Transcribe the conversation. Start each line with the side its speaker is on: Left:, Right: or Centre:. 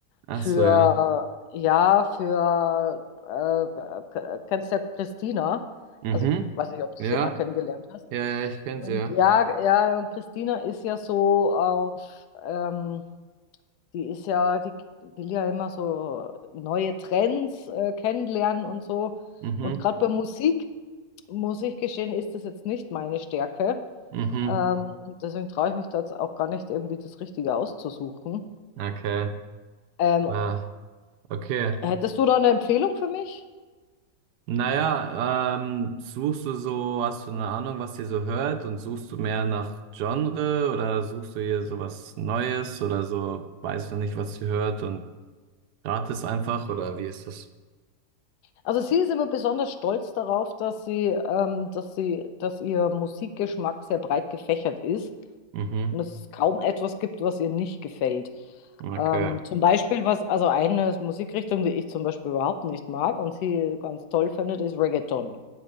Right: Ach
Left: für,
Right: so, ja.
Left: ja, für, äh, k- kennst ja Christina.
Right: Mhm.
Left: Also ich weiß nicht, ob du
Right: Ja,
Left: sie mal kennengelernt hast.
Right: ja, ja, ich kenn's
Left: Und
Right: ja.
Left: ja, ja, und Christina ist ja so auf, ähm, die ist ja, die will ja immer so neue Trends äh, kennenlernen und so.
Right: Mhm.
Left: Und gerade bei Musik muss ich gestehen, ist das jetzt nicht meine Stärke.
Right: Mhm.
Left: Ähm, deswegen traue ich mich da jetzt auch gar nicht, irgendwie das Richtige auszusuchen.
Right: Okay.
Left: Ähm,
Right: Ah, okay.
Left: hättest du da eine Empfehlung für mich?
Right: Naja, ähm, suchst du so, hast du eine Ahnung, was ihr so hört und suchst du mehr nach Genre oder suchst du hier so was Neues oder so, weißt du nicht, was ihr hört und ratest einfach oder wie ist das?
Left: Also sie ist immer besonders stolz darauf, dass sie, ähm, dass sie, dass ihr Musikgeschmack sehr breit gefächert ist
Right: Mhm.
Left: und es kaum etwas gibt, was ihr nicht gefällt.
Right: Okay.
Left: Ähm, zum Beispiel was, also eine Musikrichtung, die ich zum Beispiel überhaupt nicht mag und sie ganz toll findet, ist Reggaeton.